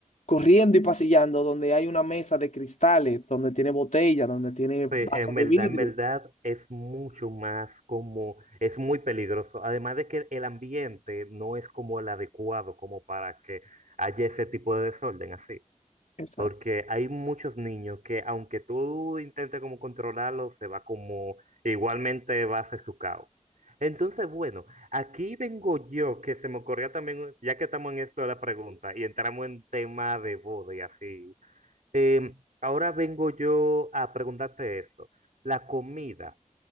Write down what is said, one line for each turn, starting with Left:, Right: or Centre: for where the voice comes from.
Left: corriendo y pasillando donde hay una mesa de cristales, donde tiene botella, donde tiene vaso
Right: Sí, en
Left: de
Right: verdad,
Left: vidrio?
Right: en verdad es mucho más como, es muy peligroso. Además de que el ambiente no es como el adecuado como para que haya ese tipo de desorden así.
Left: Exacto.
Right: Porque hay muchos niños que aunque tú intentes como controlarlo, se va como igualmente va a hacer su caos. Entonces, bueno, aquí vengo yo, que se me ocurrió también, ya que estamos en esto de la pregunta y entramos en tema de boda y así. eh, ahora vengo yo a preguntarte esto. La comida.